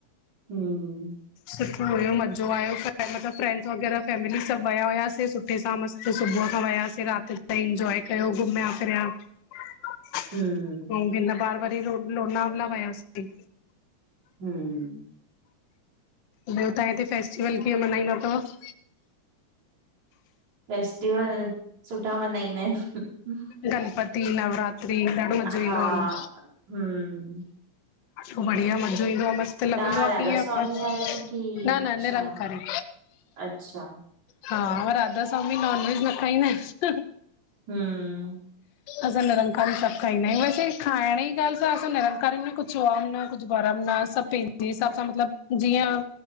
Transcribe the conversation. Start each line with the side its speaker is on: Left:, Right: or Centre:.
Right: हमम
Left: सुठो हुयो मज़ो आयो मतलबु फ्रैंड्स वग़ैरह फैमिली सभु विया हुयाआसीं सुठे सां मस्त सुबुह खां वयासीं राति ताई इंजॉय कयो घुमिया फिरया ह
Right: हम्म,
Left: हिन न बार वरी रो लोनावाल वयासी
Right: हम्म,
Left: ॿियो तव्हां हिते फेस्टिवल कीअं मनाइंदा तव?
Right: फेस्टिवल सुठा मनाईंदा आहिन
Left: गणपति नवरात्रि ॾाड़ो मज़ो
Right: हा,
Left: ईंदोआ उनन
Right: हम्म,
Left: में बढ़िया मज़ो ईंदो आ मस्त लंॻंदो
Right: तव्हां राधा
Left: कीअं
Right: स्वामी आहियो की
Left: न न निरंकारी
Right: छा? अच्छा,
Left: हा राधा सवामी नॉन वेज न खाईं दा आहेन?
Right: हुं
Left: असां निरंकारी सभु खाईंदा आहियूं, वैसे खाइण जी ॻाल्हि सां असां निरंकारी में कुछ वहम न कुछ बर्म न न सभ पहिन्जे हिसाब सां मतलब जीअं